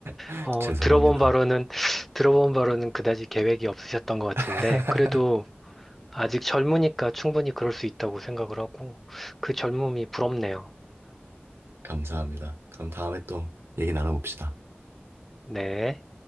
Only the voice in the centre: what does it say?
어,
들어본 바로는, 들어본 바로는 그다지 계획이 없으셨던 것 같은데,
그래도 아직 젊으니까 충분히 그럴 수 있다고 생각을 하고, 그 젊음이 부럽네요.
네.